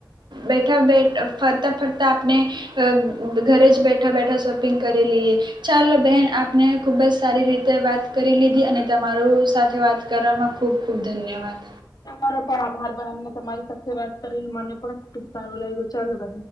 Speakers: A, on the right; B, on the left.
A: બેઠા બેઠ ફરતાં ફરતાં આપણે ઘરે જ બેઠા બેઠા શોપિંગ કરી લઈએ. ચાલો બેહેન આપને ખુબજ સારી રીતે વાત, કરી લીધી અને તમારું સાથે વાત કરવામાં ખુબ, ખુબ ધન્યવાદ.
B: તમારો પણ આભાર બહેન ને તમારી સાથે વાત, કરીને મને પણ ખુબ સારું લાગ્યું ચાલો બહે.